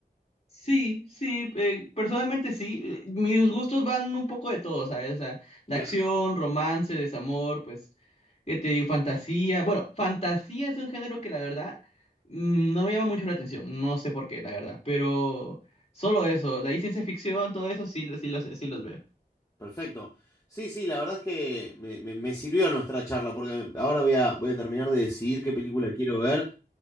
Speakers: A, on the left (about 40°); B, on the left (about 20°).
A: Sí, sí, eh, personalmente sí. eh, Mis gustos van un poco de todo, ¿sabes? O sea, de
B: Claro.
A: acción, romance, desamor, pues, ¿qué te digo? Fantasía. Bueno, fantasía es un género que la verdad mm, no me llama mucho la atención. No sé por qué, la verdad. Pero solo eso, de ahí ciencia ficción, todo eso sí, lo- sí los, sí los veo.
B: Perfecto. Sí, sí, la verdad es que me, me- me sirvió nuestra charla porque ahora voy a, voy a terminar de decidir qué película quiero ver